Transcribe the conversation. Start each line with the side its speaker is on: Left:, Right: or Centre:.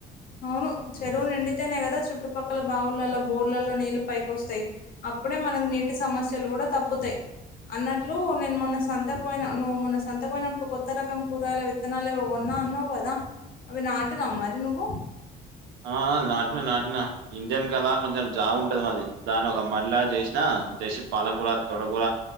Left: అవును చెరువు నిండితేనే కదా చుట్టుపక్కల బావులలో బోర్లలో నీళ్లు పైకొస్తాయి అప్పుడే మనకు నీటి సమస్యలు కూడా తప్పుతాయి అన్నట్లు నేను మొన్న సంతకు పోయిన నువ్వు సంతకు పోయినప్పుడు కొత్త రకం కూరగాయలవి విత్తనాలు ఏవో కొన్నా అన్నావు కదా అవి నాటినావ మరి నువ్వు
Right: ఆ నాటినా నాటినా ఇండియన్ కదా కొంచెం జాగుంటది మాది దాన్ని ఒక మళ్ళ చేసినా చేసి పాలకూర తొటకూర